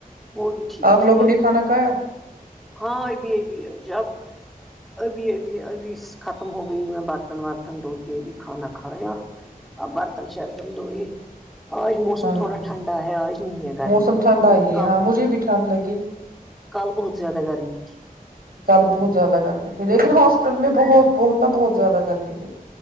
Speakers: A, in the centre; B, on the right.
A: وہ بھی ٹھیک
B: آپ لوگوں
A: ہے
B: نے کھانا کھایا
A: ہاں ابھی ابھی ہے جب ابھی ابھی ابھی ختم ہو گئی میں برتن ورتن دھو کے بھی کھانا کھایا آ برتن شرتن لوئی آج موسم
B: ہاں
A: تھوڑا ٹھنڈا ہے آج نہیں ہے گرمی
B: موسم ٹھنڈا
A: یہ
B: ہی
A: وہ کل
B: ہے ہاں
A: وہ
B: مجھے بھی ٹھنڈ لگی
A: کل بہت زیاد ہ گرمی تھی
B: کل بہت زیادہ گرمی تھی لیکن ہاسپٹل میں بہت بہت نا بہت زیادہ گرمی تھی